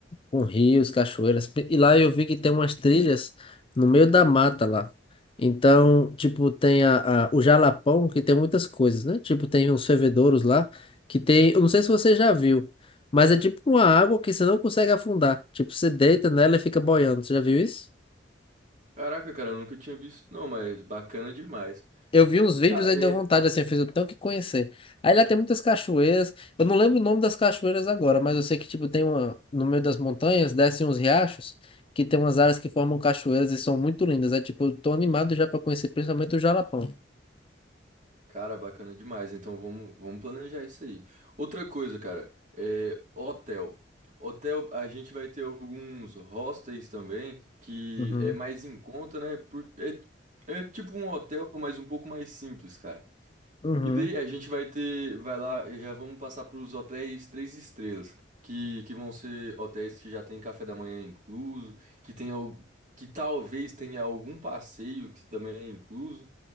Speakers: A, on the left (about 30°); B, on the right (about 45°).
A: com rios, cachoeiras. E lá eu vi que tem umas trilhas no meio da mata lá. Então, tipo, tem a, a- o Jalapão, que tem muitas coisas, né? Tipo, tem uns fervedouros lá, que tem, eu não sei se você já viu, mas é tipo uma água que você não consegue afundar. Tipo, você deita nela e fica boiando. Você já viu isso?
B: Caraca, cara, eu nunca tinha visto, não, mas bacana demais.
A: Eu vi uns vídeos
B: Tá,
A: aí
B: é.
A: deu vontade, assim, eu fiz o tanto que conhecer. Aí lá tem muitas cachoeiras. Eu não lembro o nome das cachoeiras agora, mas eu sei que, tipo, tem uma. No meio das montanhas, descem uns riachos, que tem umas áreas que formam cachoeiras e são muito lindas. É tipo, eu tô animado já pra conhecer, principalmente o Jalapão.
B: Cara, bacana demais. Então vamos, vamos planejar isso aí. Outra coisa, cara, é hotel. Hotel, a gente vai ter alguns hostels também, que
A: Uhum,
B: é mais em conta, né? Por, é, é tipo um hotel, mas um pouco mais simples, cara.
A: uhum,
B: E daí a gente vai ter, vai lá, e já vamos passar para os hotéis três estrelas, que, que vão ser hotéis que já tem café da manhã incluso, que tem, al- que talvez tenha algum passeio que também é incluso.